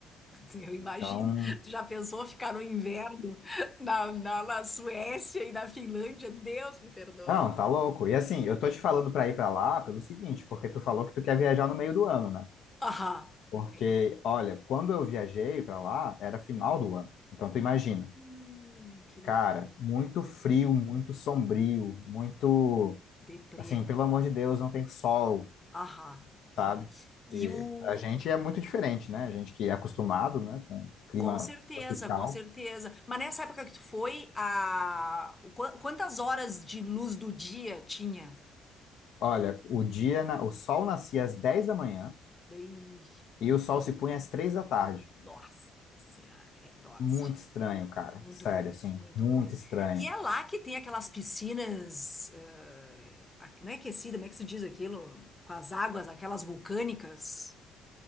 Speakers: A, on the left; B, on the left.
A: Eu imagino.
B: Então,
A: Tu já pensou ficar no inverno na, na, na Suécia e na Finlândia? Deus me perdoe.
B: não, tá louco. E assim, eu tô te falando pra ir pra lá pelo seguinte, porque tu falou que tu quer viajar no meio do ano, né?
A: Aham,
B: Porque,
A: entendi.
B: olha, quando eu viajei para lá, era final do ano. Então, tu imagina,
A: Ah, que loucura.
B: cara, muito frio, muito sombrio, muito,
A: Deprê,
B: assim, pelo
A: velho.
B: amor de Deus, não tem sol,
A: Aham, aham.
B: sabe?
A: E
B: E
A: o...
B: pra gente é muito diferente, né? A gente que é acostumado, né, com clima
A: Com certeza,
B: tropical.
A: com certeza. Mas nessa época que tu foi, a... o qua- quantas horas de luz do dia tinha?
B: Olha, o dia, na- o sol nascia às 10 da manhã
A: Daí...
B: e o sol se punha às 3 da tarde.
A: Nossa Senhora, é dose.
B: Muito estranho, cara.
A: Muito
B: Sério,
A: ruim,
B: assim,
A: muito
B: muito
A: ruim.
B: estranho.
A: E é lá que tem aquelas piscinas, eh, a- não é aquecida, como é que se diz aquilo? Com as águas, aquelas vulcânicas.